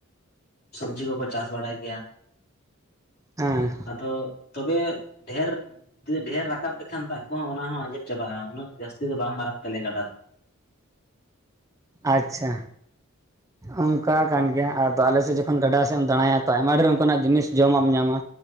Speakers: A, on the left (about 50°); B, on the right (about 15°).
A: ᱥᱚᱵᱽᱡᱤ ᱠᱚᱠᱚ ᱪᱟᱥ ᱵᱟᱲᱟᱭ ᱜᱮᱭᱟ᱾
B: ᱮᱸ᱾
A: ᱟᱫᱚ ᱛᱚᱵᱮ ᱰᱷᱮᱨᱼᱼ ᱡᱩᱫᱤ ᱰᱷᱮᱨ ᱨᱟᱠᱟᱵ ᱞᱮᱠᱷᱟᱱ ᱫᱟᱜ ᱠᱚᱦᱚᱸ ᱟᱱᱟ ᱦᱚᱸ ᱟᱸᱡᱮᱫ ᱪᱟᱵᱟᱜ-ᱟ, ᱩᱱᱟᱹᱜ ᱡᱟᱹᱥᱛᱤ ᱫᱚ ᱵᱟᱝ ᱢᱟᱨᱟᱝ ᱛᱟᱞᱮᱭᱟ ᱜᱟᱰᱟ ᱫᱚ᱾
B: ᱟᱪᱪᱷᱟ᱾ ᱚᱝᱠᱟ ᱠᱟᱱ ᱜᱮᱭᱟ᱾ᱟᱫᱚ ᱟᱞᱮ ᱥᱮᱜ ᱡᱚᱠᱷᱚᱱ ᱜᱟᱰᱟ ᱥᱮ ᱮᱢ ᱫᱟᱬᱟᱭᱟ ᱛᱚ, ᱟᱭᱢᱟ ᱰᱷᱮᱨ ᱚᱱᱠᱟ ᱱᱟᱜ ᱡᱤᱱᱤᱥ ᱡᱚᱢᱟᱜ ᱮᱢ ᱧᱟᱢᱟ᱾